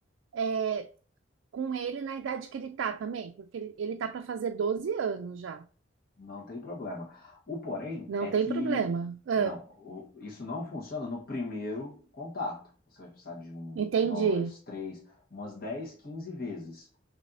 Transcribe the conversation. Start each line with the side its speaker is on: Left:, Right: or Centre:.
Right: é, com ele na idade que ele tá também, porque ele, ele tá para fazer 12 anos já.
Left: Não tem problema. O porém
Right: Não
Left: é
Right: tem
Left: que
Right: problema. Ah,
Left: não, o- isso não funciona no primeiro contato. Você vai precisar de um,
Right: entendi.
Left: dois, três, umas 10, 15 vezes.